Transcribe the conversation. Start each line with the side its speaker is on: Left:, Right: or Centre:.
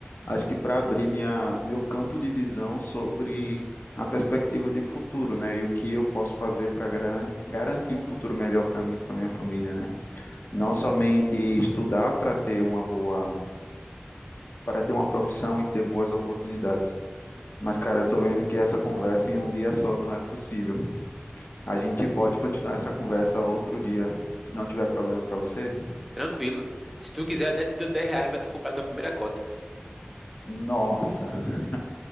Left: Acho que para abrir minha, meu campo de visão sobre a perspectiva de futuro, né? E o que eu posso fazer para garantir um futuro melhor para mim, e para minha família, né? Não somente estudar para ter uma boa, para ter uma profissão e ter boas oportunidades, Mas, cara, eu tô vendo que essa conversa em um dia só não é possível. A gente pode continuar essa conversa outro dia, se não tiver problema pra você.
Centre: tranquilo. Se tu quiser, até te dou 10 reais para tu comprar a tua primeira cota,
Left: Nossa, <laughs>